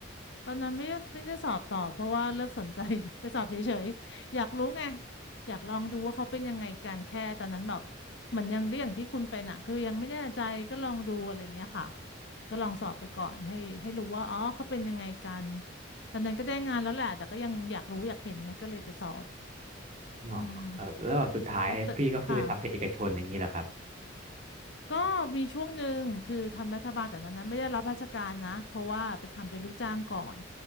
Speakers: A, on the left; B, on the right.
A: ตอนนั้นไม่ได้ไม่ได้สอบต่อเพราะว่าเลิกสนใจ <laughs> ไปสอบเฉยๆ อยากรู้ไงอยากลองดูว่าเขาเป็นยังไงกันแค่ตอนนั้นแบบเหมือนยังก็อย่างที่คุณเป็นอ่ะคือยังไม่แน่ใจก็ลองดูอะไรอย่างเงี้ยค่ะก็ลองสอบไปก่อนให้ให้รู้ว่าอ๋อเขาเป็นยังไงกันตอนนั้นก็ได้งานแล้วแหละแต่ก็ยังอยากรู้อยากเห็นไงก็เลยไปสอบ
B: อ๋อครับแล้วแบบสุดท้ายพี่ก็คือทำเป็นเอกชนอะไรอย่างงี้เหรอครับ
A: อืมแล้วแต่ค่ะ ก็มีช่วงหนึ่งคือทำรัฐบาลแต่นั้นนะไม่ได้รับราชการนะเพราะว่าไปทำเป็นลูกจ้างก่อน